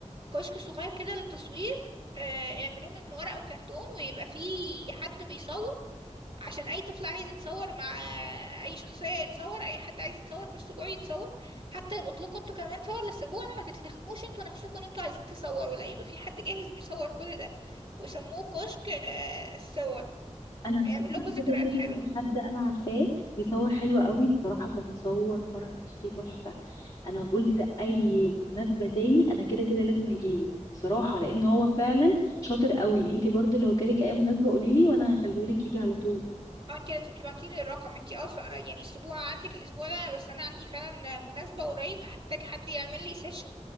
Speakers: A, on the right; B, on the left.
A: كشك صغير كده للتصوير آه، اعملوه من ورق وكرتون ويبقى فيه حد بيصور عشان اي طفل عايز يتصور مع اي شخصية يتصور اي حد عايز يتصور في السبوع يتصور حتى يلقط لكم انتوا كمان صور للسبوع ما تتلخموش انتوا نفسكم ان انتوا عايزين تصوروا لا يبقى في حد جاهز بيصور كل ده وسموه كشك آه، الصور
B: انا في
A: هيعمل لكم ذكريات
B: كده كده
A: حلوة
B: في حد انا عارفاه بيصور حلو
A: مم.
B: قوي بصراحه كان بيصور فرح اختي تحفه انا قلت اي مناسبه تاني انا كده كده لازم اجيبه بصراحه لان هو فعلا شاطر قوي انت برضو لو جالك اي مناسبه قوليلي وانا هخليهولك يجي على طول
A: اه انت لازم تبعتي لي الرقم انت اه سو- يعني اسبوع عندك الاسبوع ده بس انا عندي فعلا مناسبة قريب هحتاج حد يعمل لي سيشن